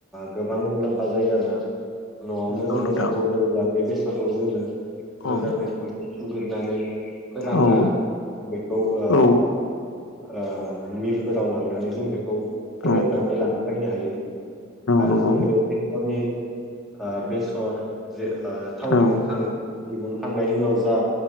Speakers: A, in the centre; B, on the left.
A: गोबां मुलाम्फा जायो आरोना। न'आवनो
B: नंगौ
A: जोङो
B: नोंथां
A: नांगौ जायोब्ला बे बेसरखौ जोङो
B: औ
A: मोजाङै खनसे सुगोरनानै फोरानना
B: औ
A: बेखौ ओ
B: औ
A: ओ मिलफोराव लांनानै जों बेखौ फेरदनानै
B: औ
A: लाना फैनो हायो। आरो
B: नंगौ
A: जों बे बेसरनि ओ बेसर जे ओ थाव
B: औ
A: दिहुखां
B: औ
A: दिहुनखांनायनि उनाव जा